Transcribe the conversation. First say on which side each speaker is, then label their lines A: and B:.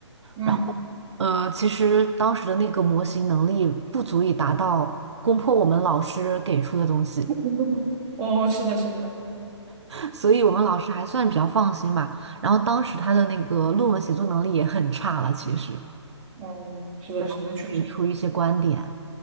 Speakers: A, on the right; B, on the right.
A: 嗯，
B: 然后呃，其实当时的那个模型能力不足以达到攻破我们老师给出的东西，
A: <laughs> 哦，是的，是的，
B: <laughs> 所以我们老师还算比较放心吧。然后当时他的那个论文写作能力也很差了，其实。
A: 哦，是的，
B: 对，他只欢给出一些观点。
A: 是的，那确实。